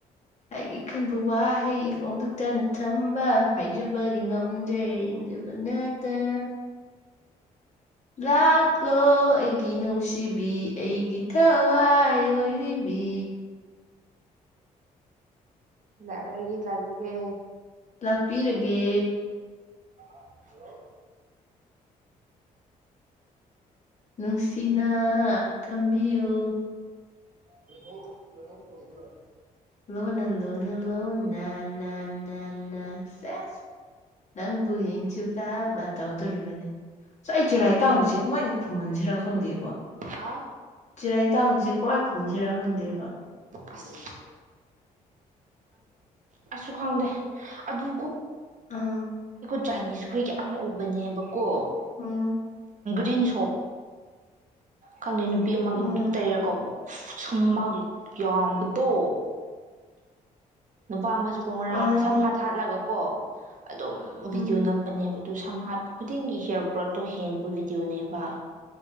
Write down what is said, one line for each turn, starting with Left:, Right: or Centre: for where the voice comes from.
Left: ꯍꯥꯏꯒꯤ ꯈꯟꯕ ꯋꯥꯍꯩ ꯐꯣꯡꯗꯣꯛꯇꯅ ꯊꯝꯕ ꯍꯥꯏꯖꯕꯗꯤ ꯉꯝꯗ꯭ꯔꯦ ꯌꯦꯡꯖꯕ ꯅꯠꯇꯅ ꯂꯥꯛꯂꯣ ꯑꯩꯒꯤ ꯅꯨꯡꯁꯤꯕꯤ ꯑꯩꯒꯤ ꯊꯋꯥꯏ ꯑꯣꯏꯔꯤꯕꯤ
Right: ꯂꯥꯛꯂꯒꯦ ꯂꯥꯛꯂꯒꯦ
Left: ꯂꯥꯛꯄꯤꯔꯒꯦ
Right: ꯍꯜꯂꯣ
Left: ꯅꯨꯡꯁꯤꯅ ꯊꯝꯕꯤꯌꯨ
Right: ꯅ ꯅ ꯇꯗ <inaudible> <unintelligible>
Left: ꯂꯣꯟꯅ ꯂꯣꯟꯅ ꯂꯣꯅ ꯁꯦꯁ ꯅꯪꯕꯨ ꯌꯦꯡꯁꯦ ꯕ ꯇꯧꯗꯣꯔꯤꯕꯅꯤ ꯑꯁꯣ ꯑꯩ ꯆꯦꯔꯥꯏ ꯇꯥꯡꯕꯁꯦ ꯀꯃꯥꯏꯅ ꯈꯨꯝꯃꯟꯁꯤꯔꯥ ꯈꯪꯗꯦꯕ
Right: ꯍꯥ
Left: ꯆꯦꯔꯥꯏ ꯇꯥꯡꯕꯁꯦ ꯀꯃꯥꯏ ꯈꯨꯝꯁꯤꯔꯥ ꯈꯪꯗꯦꯕ
Right: ꯑꯁ ꯑꯁꯁꯨ ꯈꯪꯗꯦ ꯑꯗꯨ
Left: ꯑꯥ
Right: ꯆꯥꯏꯅꯤꯁꯈꯣꯏꯒꯤ ꯑꯃ ꯎꯕꯅꯦꯕꯀꯣ
Left: ꯎꯝ
Right: ꯗꯤꯟ ꯁꯣꯞ ꯈꯪꯗ ꯅꯨ <inaudible> <unintelligible> ꯑ ꯑꯃꯛ
Left: ꯎꯝ
Right: ꯑꯗꯨꯔ ꯇꯔꯔꯤꯈꯦ ꯀꯕꯨ <unintelligible> ꯁꯪ ꯃꯥꯒꯤ ꯌꯥꯝꯕꯗꯣ ꯄꯥꯃ ꯁꯨꯀꯣ ꯉꯔꯥꯡ
Left: ꯑꯔꯣ
Right: ꯁꯝ ꯍꯥꯠ ꯍꯥꯠꯂꯒ ꯀꯣ ꯑꯗꯨꯝ ꯕꯤꯗꯤꯑꯣ
Left: ꯎꯝ
Right: ꯅꯝꯕꯅꯦꯕ ꯑꯗꯨ ꯁꯝꯍꯠꯄ ꯈꯨꯗꯤꯡꯒꯤ ꯍꯤꯌꯥꯔ ꯒ꯭ꯔꯣꯠꯇꯣ ꯍꯦꯟꯕ ꯕꯤꯗꯤꯑꯣꯅꯦꯕ